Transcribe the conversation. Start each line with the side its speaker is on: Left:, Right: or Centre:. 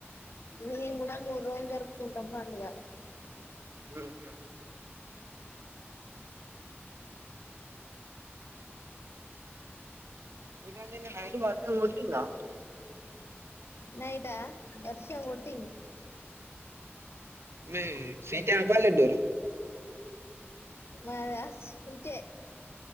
Left: మేము గూడ మూడు రోజులు జరుపుకుంటం పండుగ
Right: ఉమ్ మీ కాడ నిన్న నైట్ వర్షం గొట్టిందా
Left: నైటా వర్షం గొట్టింది
Right: మీది సిటా పల్లెటూరా
Left: మాదా సిటే